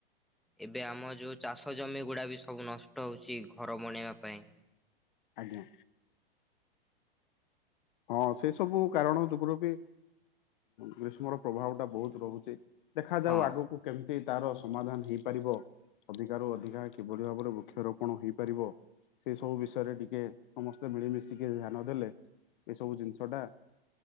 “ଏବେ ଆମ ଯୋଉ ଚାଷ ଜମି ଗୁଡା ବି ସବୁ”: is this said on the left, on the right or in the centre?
Centre